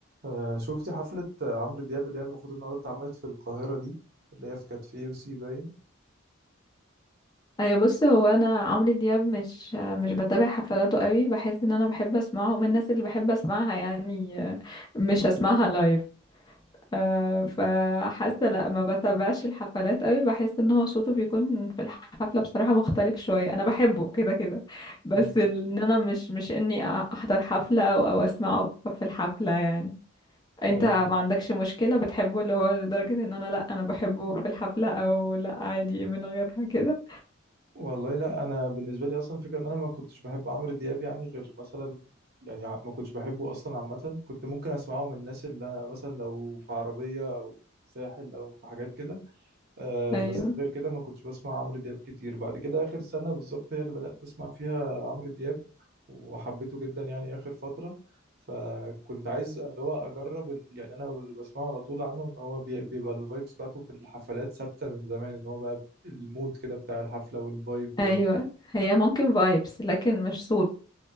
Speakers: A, on the right (about 50°); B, on the left (about 20°).
A: آه، شفتي حفلة آه، عمرو دياب اللي هي المفروض النهاردة اتعملت في القاهرة دي اللي هي في كاتفيه وسي باين
B: ايوه بص هو انا عمرو دياب مش مش بتابع حفلاته قوي بحس ان انا بحب اسمعه ومن الناس اللي بحب اسمعها يعني آه، مش هسمعها لايف آه، فحاسه لا ما بتابعش الحفلات قوي بحس ان هو صوته بيكون في الحفله بصراحه مختلف شويه انا بحبه كده كده بس
A: مم.
B: ال- ان انا مش مش اني احضر حفله او او اسمعه في الحفله يعني انت
A: ايوه
B: ما عندكش مشكله بتحبه اللي هو لدرجه ان انا لا انا بحبه في الحفله او لا عادي من غيرها كده
A: والله لا انا بالنسبة لي اصلا فكرة ان انا ما كنتش بحب عمرو دياب يعني غير مثلا يعني ع- ما كنتش بحبه اصلا عامة كنت ممكن اسمعه من الناس اللي أنا مثلا لو في عربية او في ساحل او في حاجات كده آه
B: ايوه
A: بس غير كده ما كنتش بسمع عمرو دياب كتير بعد كده آخر سنة بالظبط هي اللي بدأت أسمع فيها عمرو دياب وحبيته جدا يعني آخر فترة فكنت عايز اللي هو أجرب ال- يعني أنا اللي بسمعه على طول عنه إن هو بي- بيبقى الفايبس بتاعته في الحفلات ثابتة من زمان إن هو بقى المود كده بتاع الحفلة والفايب و...
B: ايوه هي ممكن فايبس لكن مش صوت